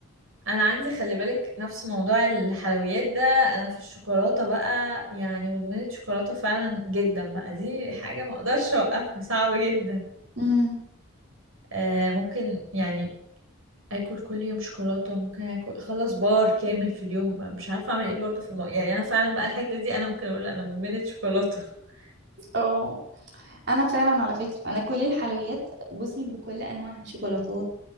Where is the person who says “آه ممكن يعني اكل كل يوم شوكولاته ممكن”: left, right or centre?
Right